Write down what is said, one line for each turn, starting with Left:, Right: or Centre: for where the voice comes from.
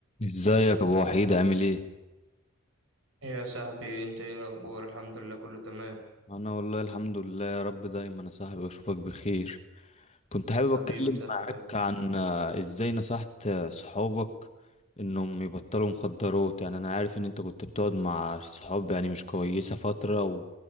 Left: ازيك يا ابو وحيد عامل ايه
Right: يا صاحبي انت ايه الاخبار الحمد لله كله تمام
Left: انا والله الحمد لله يا رب دايما يا صاحبي اشوفك بخير كنت حابب
Right: حبيبي
Left: اتكلم
Right: يا صاحبي
Left: معاك
Right: الله يكرمك
Left: عن آه، ازاي نصحت آه، صحابك انهم يبطلوا مخدرات يعني انا عارف ان انت كنت بتقعد مع صحاب يعني مش كويسة فترة و...